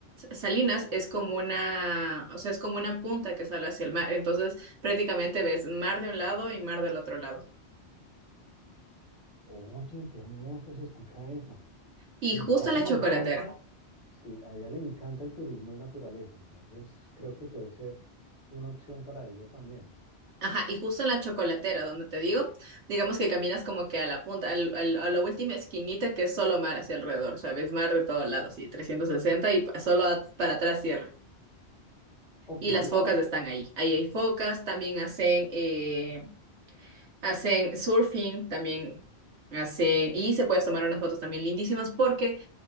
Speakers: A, on the right (about 85°); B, on the left (about 40°).
A: Salinas es como una, o sea, es como una punta que sale hacia el mar, entonces prácticamente ves mar de un lado y mar del otro lado.
B: Oye, qué hermoso se escucha eso.
A: Y
B: A mi
A: justo
B: esposa
A: en la
B: le
A: chocolatera.
B: encanta, sí, a ella le encanta el turismo de naturaleza, entonces creo que puede ser una opción para ella también.
A: Ajá, y justo en la chocolatera, donde te digo, digamos que caminas como que a la punta, al- al- a la última esquinita que es solo mar hacia alrededor, ¿sabes? Mar de todos lados, así, 360 y pa- solo a- para atrás cierra.
B: Ok,
A: Y las focas están ahí. Ahí hay focas, también hacen, eh, hacen surfing, también hacen, y se puedes tomar unas fotos también lindísimas porque